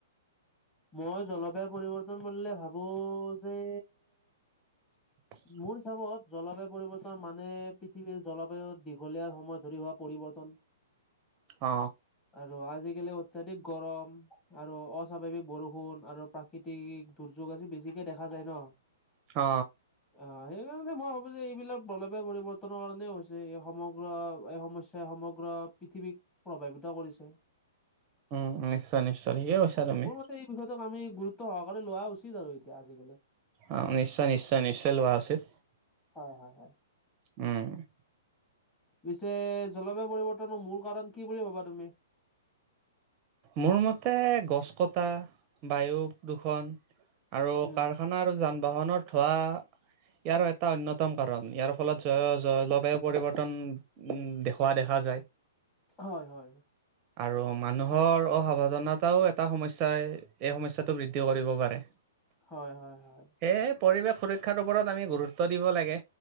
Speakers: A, on the left; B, on the right.
A: মই জলবায়ু পৰিৱৰ্তন বুলিলে ভাবো যে
B: <inaudible>
A: মোৰ হিচাপত জলবায়ু পৰিৱৰ্তন মানে পৃথিৱীৰ জলবায়ু দীঘলীয়া সময় ধৰি হোৱা পৰিৱৰ্তন।
B: অ।
A: আৰু আজিকালি অত্যাধিক গৰম আৰু অস্বাভাৱিক বৰষুণ আৰু প্ৰাকৃতিক দুৰ্যোগ আজি বেছিকে দেখা যায় ন
B: অ।
A: অ সেইকাৰণে মই ভাবো যে এইবিলাক বলবায়ু পৰিৱৰ্তনৰ কাৰণে হৈছে এই সমগ্ৰ এই সমস্য- থে সমগ্ৰ পৃথিৱীক প্ৰভাৱিত কৰিছে।
B: উম উ নিশ্চয় নিশ্চয় ঠিকেইে কৈছা
A: অ
B: তুমি।
A: মোৰ মতে এই বিষয়টোক আমি গুৰুত্ব সহকাৰে লোৱা উচিত আৰু এতিয়া আজিকালি।
B: অ নিশ্চয় নিশ্চয় নিশ্চয় লোৱা উচিত।
A: হয় হয় হয়।
B: উম।
A: পিছে জলবায়ু পৰিৱৰ্তন মূল কাৰণ কি বুলি ভাবা তুমি?
B: মোৰ মতে গছ কটা বায়ু প্ৰদূষণ আৰু
A: উম
B: কাৰখানা আৰু যান বাহনৰ ধোঁৱা ইয়াৰো এটা অন্যতম কাৰণ, ইয়াৰ ফলত জয় জলবায়ু পৰিৱৰ্তন উ দেখুওৱা দেখা যায়।
A: হয় হয়।
B: আৰু মানুহ ভৰ অসাৱধানতাও এটা সমস্যাই এই সমস্যাটো বৃদ্ধি কৰিব পাৰে।
A: হয় হয়। হয়
B: সেয়েহে পৰিবেশ সুৰক্ষাৰ ওপৰত আমি গুৰুত্ব দিব লাগে